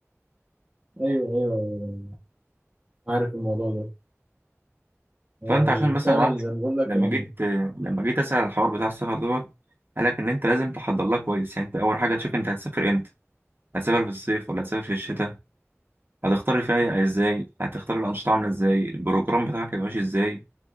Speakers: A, on the right; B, on the right.
A: أيوه أيوة، عارف الموضوع ده
B: فانت
A: هو
B: عشان مثلا
A: فعلا
B: يا معلم
A: زي ما بقول لك
B: لما
A: إن-
B: جيت لما جيت اسال على الحوار بتاع السفر دوت قال لك ان انت لازم تحضر لها كويس يعني انت اول حاجه تشوف انت هتسافر امتى هتسافر في الصيف ولا هتسافر في الشتاء هتختار الفنادق ازاي هتختار الانشطه عامله ازاي البروجرام بتاعك هيبقى ماشي ازاي